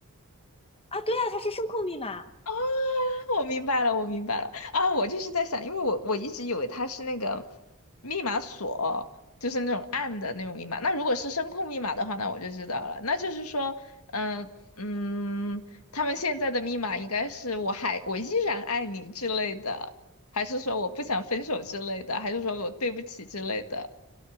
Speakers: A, on the left; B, on the left.
A: 啊！对呀，它是声控密码
B: 哦。我明白了，我明白了啊！我就是在想，因为我我一直以为它是那个密码锁，就是那种暗的那种密码。那如果是声控密码的话，那我就知道了。那就是说，嗯嗯，他们现在的密码应该是“我还我依然爱你”之类的，还是说我不想分手之类的，还是说我对不起之类的，